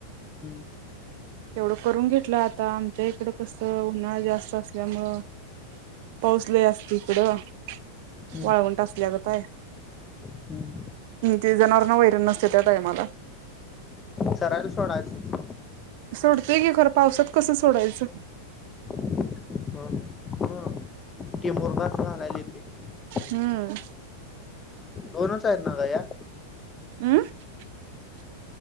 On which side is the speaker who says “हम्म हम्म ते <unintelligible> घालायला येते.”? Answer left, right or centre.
Left